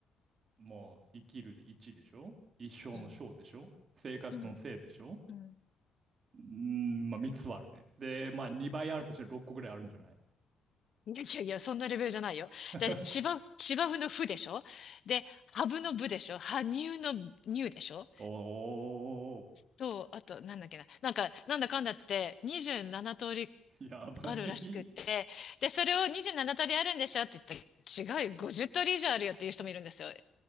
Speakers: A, on the right; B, on the left.
A: もう、生きるで1でしょ一生の生でしょ生活の生でしょ
B: うん。うん。うん。
A: うーん、まあ3つはあるね。で、まあ2倍あるとして6個ぐらいあるんじゃない
B: いやいやいや、そんなレベルじゃないよ。
A: <laughs>
B: だって、芝、芝生のふでしょで、ハブのぶでしょ羽生の乳でしょ
A: お
B: と、あと、なんだっけな。なんか、なんだかんだって、27通り
A: ー、やばすぎ。
B: あるらしくって、で、それを27通りあるんでしょって言ったら、違うよ、50通り以上あるよっていう人もいるんですよ。<laughs>